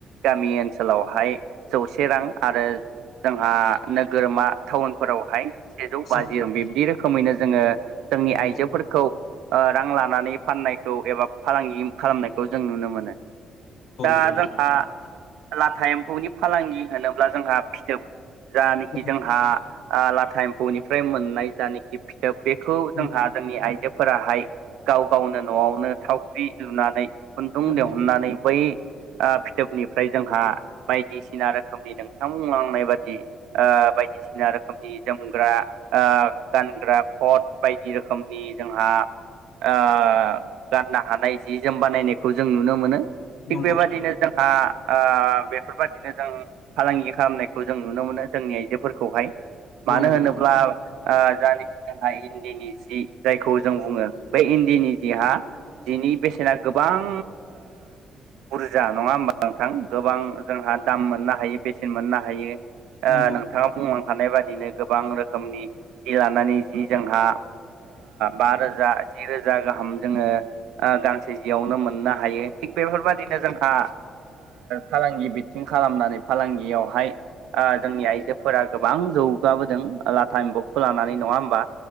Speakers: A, on the right; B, on the left.
A: गामि ओनसोलावहाय जौसे रां आरो जोंहा नोगोरमा टाउनफोरावहाय सेजौ बा
B: औ
A: बिब्दि रोखोमैनो जोङो जोंनि
B: नंगौ
A: आइजोफोरखौ रां लानानै फाननायखौ एबा फालांगि खालामनायखौ जों नुनो मोनो दा
B: नंगौ
A: जोंहा लाथा एम्फौनि फालांगि होनोब्ला जोंहा फिथोब जानाखि जोंहा
B: नंगौ
A: लाथा एम्फौनिफ्राय मोननाय जानाखि बेखौ
B: थार
A: जोंहा
B: नंगौ
A: जोंनि आइजोफोराहाय गाव गावनो न'आवनो थावख्रि लुनानै खुन्दुं
B: नंगौ
A: दिहुननानै
B: नंगौ
A: बै फिथोबनिफ्राय जोंहा बायदिसिना रोखोमनि नोंथां बुंलांनाय बादि बायदिसिना रोखोमनि जोमग्रा ओ गानग्रा खद बायदि रोखोमनि जोंहा ओ गाननो हानाय जि जोम बानायनायखौ जों नुनो मोनो थिग
B: नंगौ
A: बेबादिनो जोंहा ओ बेफोरबायदिनो जों फालांगि खालामनायखौ जों नुनो मोनो जोंनि आइजोफोरखौहाय मानो
B: नंगौ
A: होनोब्ला
B: नंगौ
A: जानाखि जोंहा इन्दिनि जि जायखौ जों बुङो बे इन्दिनि जिहा जिनि बेसेना गोबां बुरजा नङा होमबा नोंथां गोबां जोंहा दाम मोननो हायो बेसेन मोननो हायो
B: नंगौ
A: नोंथाङा बुंलांखानाय बादिनो गोबां रोखोमनि जि लानानै जि जोंहा बा रोजा जि रोजा गाहाम जोङो गांसे जियावनो मोननो हायो थिग बेफोरबायदिनो जोंहा फालांगि बिथिं खालामनानै फालांगियावहाय जोंनि आइजोफोरा गोबां जौगाबोदों लाथा एमफौ जानानै नङा होमबा